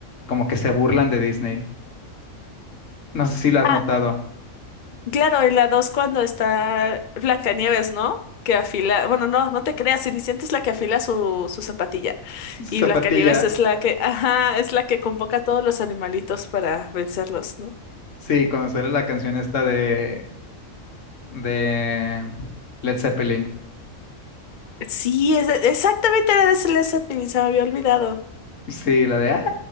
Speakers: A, on the left (about 65°); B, on the left (about 45°).
A: como que se burlan de Disney. No sé si lo has
B: Ah,
A: notado.
B: claro, en la 2 cuando está Blancanieves, ¿no? Que afila, bueno, no, no te creas, Cenicienta es la que afila su, su zapatilla
A: <laughs> Su
B: y
A: Zapatilla,
B: Blancanieves es la que, ajá, es la que convoca a todos los animalitos para vencerlos, ¿no?
A: sí, cuando sale la canción esta de, de Led Zeppelin.
B: Sí, es, exactamente era de Celeste Zeppelin, se me había olvidado.
A: Sí, la de... "Ah,